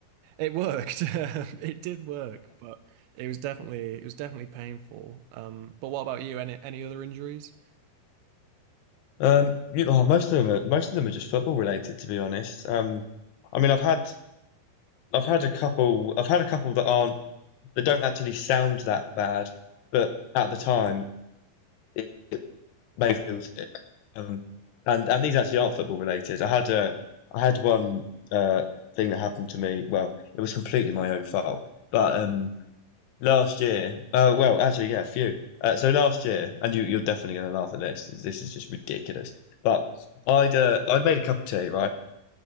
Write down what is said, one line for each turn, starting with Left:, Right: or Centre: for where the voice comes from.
Right: it worked. <laughs> It did work, but it was definitely it was definitely painful. Um, but what about you? Any any other injuries?
Left: Um, you know, most of them are most of them are just football related, to be honest. Um, I mean, I've had I've had a couple I've had a couple that aren't. They don't actually sound that bad, but at the time, it, it may feel sick. Um, and and these actually aren't football related. I had a I had one uh, thing that happened to me. Well, it was completely my own fault, but um, last year, uh, well, actually, yeah, a few. Uh, so last year, and you you're definitely going to laugh at this. 'cause This is just ridiculous. But I'd uh, I'd made a cup of tea, right,